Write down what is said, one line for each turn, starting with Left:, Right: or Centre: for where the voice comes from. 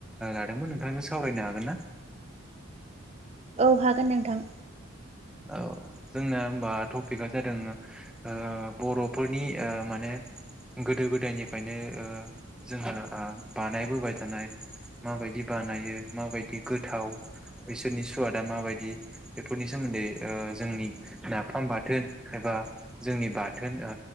Centre: लादोंमोन नोंथांजों सावरायनो हागोन ना?
Right: औ हागोन नोंथां।
Centre: औ जोंना होमबा टपिकआ जादों ओ बर'फोरनि माने गोदो गोदायनिफ्रायनो ओ जोंहा बानायबोबाय थानाय माबायदि बानायो माबायदि गोथाव बिसोरनि सुवादा माबायदि बेफोरनि नि सोमोन्दै जोंनि नाफाम बाथोन एबा जोंनि बाथोन